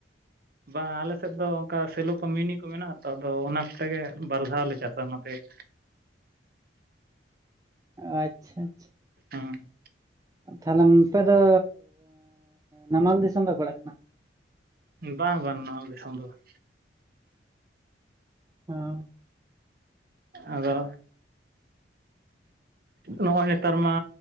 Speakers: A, on the right; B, on the right.
A: ᱵᱟᱝ ᱟᱞᱮ ᱥᱮᱫ ᱫᱚ ᱚᱱᱠᱟ ᱥᱮᱞᱚ ᱠᱚ ᱢᱤᱱᱤ ᱠᱚ ᱢᱮᱱᱟᱜ ᱟᱛᱚ ᱟᱫᱚ ᱚᱱᱟ ᱠᱚᱛᱮ ᱜᱮ ᱵᱟᱨ ᱫᱷᱟᱣ ᱞᱮ ᱪᱟᱥᱟ ᱚᱱᱟᱛᱮ᱾ <inaudible>
B: ᱟᱪᱪᱷᱟ ᱟᱪᱪᱷᱟ
A: ᱦᱩ
B: ᱛᱟᱦᱚᱞᱮ ᱟᱯᱮ ᱫᱚ ᱱᱟᱢᱟᱞ ᱫᱤᱥᱚᱢ ᱯᱮ ᱯᱟᱲᱟᱜ ᱠᱟᱱᱟ?
A: ᱵᱟᱝ ᱵᱟᱝ ᱱᱟᱢᱟᱞ ᱫᱤᱥᱚᱢ ᱫᱚ ᱵᱟᱝ᱾
B: ᱦᱟᱸ
A: ᱟᱫᱚ ᱱᱚᱜᱼᱚᱭ ᱱᱮᱛᱟᱨ ᱢᱟ